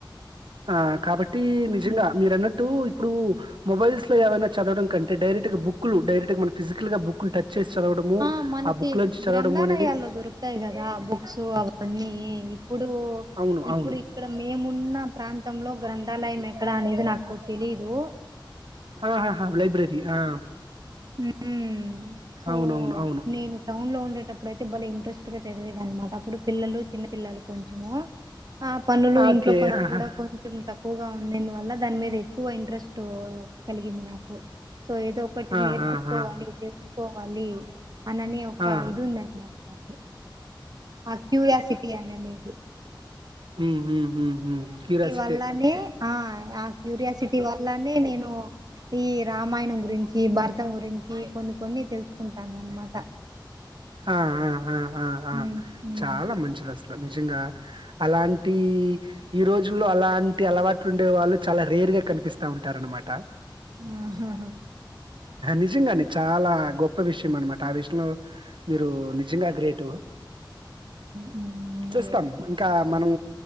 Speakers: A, on the right; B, on the right.
A: ఆ కాబట్టి నిజంగా
B: ఉమ్,
A: మీరన్నట్టు ఇప్పుడు మొబైల్స్ లో ఏవైనా చదడం కంటే డైరెక్ట్గా బుక్లు డైరెక్ట్గా మన ఫిజికల్ గ బుక్లు టచ్ చేసి చదవడము
B: ఆ మనకి
A: బుక్ లోంచి చదవడము
B: గ్రంథాలయాల్లో
A: అనేది
B: దొరుకుతాయి గదా బుక్స్ అవన్నీ ఇప్పుడు కు
A: అవును
B: ఇప్పుడు
A: అవును
B: ఇక్కడ మేమున్న ప్రాంతంలో గ్రంథాలయం ఎక్కడ అనేది నాకు తెలీదు
A: ఆహహ లైబ్రరీ ఆ
B: ఉ సో
A: అవునవును అవును అవును
B: నేను టౌన్ లో ఉండే టప్పుడఐతే బలే ఇంట్రెస్ట్గాచదివేది అనమాట అప్పుడు పిల్లలు చిన్న పల్లలు కొం చము ఆ పనులు
A: ఓకే
B: ఇంట్లో పనులు
A: ఆహా
B: కూడా కొంచెం తక్కువగా ఉండిని వల్ల దాని మీద ఎక్కువ ఇంట్రెస్ట్ కలిగింది నాకు సో ఏదో ఒకటి
A: ఆ
B: నేర్చుకోవాలి
A: ఆ ఆ
B: తెలుసుకోవాలి అనని ఒక
A: ఆ ఆ
B: ఇది ఉందనిమాట ఆ క్యూరియాసిటీ అననేది
A: ఉ హు హు హు క్యూరియాసిటె
B: వల్లనే ఆ ఆ క్యూరియాసిటీ వల్లనే నేను ఈ రామాయణం గురించి భరతం గురించి కొన్ని కొన్ని తెలుసుకుంటాను అన్నమాట
A: ఆ ఆ ఆ అ
B: హ్మ్ హ్మ్
A: చాలా
B: అది
A: మంచిది అసలు నిజంగా అలాంటి ఈ రోజుల్లో అలాంటి అలవాట్లు ఉండే వాళ్ళు చాలా రేరుగా కనిపిస్తా ఉంటారనమాట
B: ఆహాహ
A: నిజంగానే చాలా గొప్ప విషయం అనమాట ఆ విషయంలో మీరు నిజంగా గ్రేటు
B: ఉమ్ ఉమ్ మరి
A: చూస్తాం
B: అది
A: ఇంకా మనం